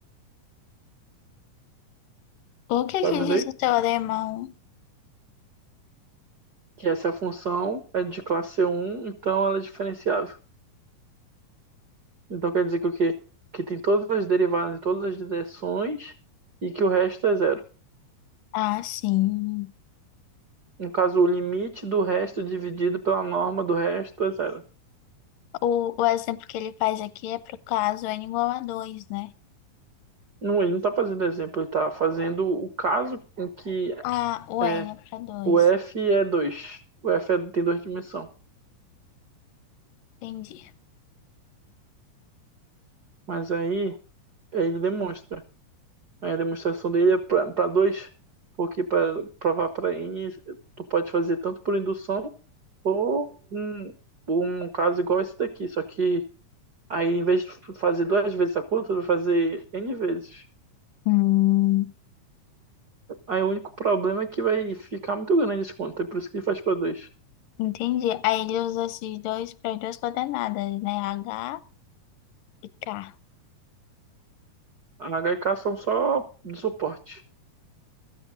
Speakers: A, on the left; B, on the right.
A: O que
B: tá
A: que
B: vendo
A: diz
B: aí?
A: o teorema 1?
B: Que essa função é de classe um então ela é diferenciável. Então quer dizer que o quê? Que tem todas as derivadas em todas as direções e que o resto é zero.
A: Ah, sim.
B: No caso, o limite do resto dividido pela norma do resto é zero.
A: O, o exemplo que ele faz aqui é para o caso n igual a dois né?
B: Não, ele não está fazendo exemplo, ele está fazendo o caso em que
A: Ah, o
B: é,
A: n é para dois
B: o f é dois O f é- tem duas dimensões.
A: Entendi.
B: Mas aí ele demonstra. Aí A demonstração dele é para dois, porque para provar para N, tu pode fazer tanto por indução ou um, um caso igual esse daqui, só que aí em vez de fazer duas vezes a conta, tu vai fazer N vezes.
A: Hum.
B: Aí o único problema é que vai ficar muito grande esse conta, é por isso que ele faz para dois.
A: Entendi. Aí ele usa esses dois para as duas coordenadas, né? H e K.
B: A H e K são só de suporte.